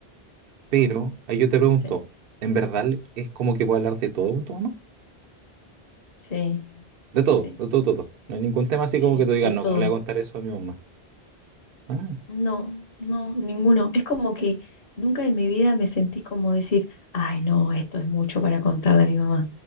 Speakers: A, on the right; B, on the left.
A: Pero
B: Mm.
A: ahí yo te pregunto,
B: Sí,
A: ¿en verdad es como que puedo hablar de todo con tu mamá?
B: sí,
A: De todo,
B: sí,
A: de todo, todo. No hay ningún tema
B: sí,
A: así como que tú digas,
B: de
A: no,
B: todo.
A: ¿cómo le voy a contar eso a mi mamá? Ah.
B: No, no, ninguno. Es como que nunca en mi vida me sentí como decir, ay, no, esto es mucho para contarle a mi mamá.